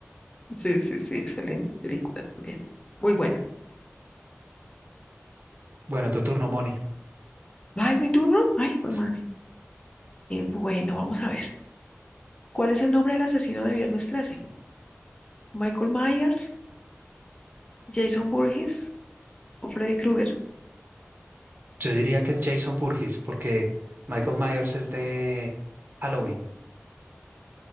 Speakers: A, on the left; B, on the right.
A: sí, sí, sí, excelente película también. Muy buena.
B: Bueno, tu turno, Moni.
A: Ay, mi turno. Ay, hermano.
B: Ts-
A: bueno, vamos a ver. ¿Cuál es el nombre del asesino de Viernes 13? Michael Myers. Jason Burgess o Freddy Krueger.
B: Yo diría que es Jason Burgess porque Michael Myers es de Halloween.